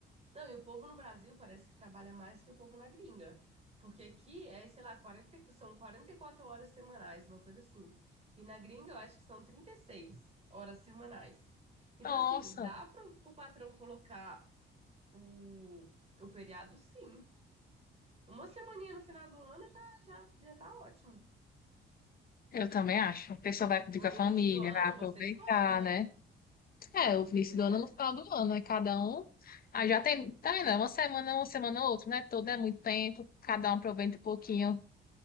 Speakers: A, on the right (about 30°); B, on the left (about 50°).
A: Não, e o povo no Brasil parece que trabalha mais que o povo na gringa. Porque aqui é, sei lá, quarenta e- são 44 horas semanais, uma coisa assim. E na gringa eu acho que são trinta e seis horas semanais. Então,
B: Nossa.
A: assim, dá para o patrão colocar o, o feriado, sim. Uma semaninha no final do ano já, já, já tá ótimo.
B: Eu também acho. A pessoa vai pedir
A: Ou
B: com a
A: no
B: família,
A: início do ano,
B: vai aproveitar,
A: você escolhe, né?
B: né? É, o início
A: Pois
B: do ano
A: é,
B: no final do ano, né? Cada um. Ah, já tem, tá vendo? É Uma semana, uma semana, outra, né? Todo é muito tempo, cada um aproveita um pouquinho.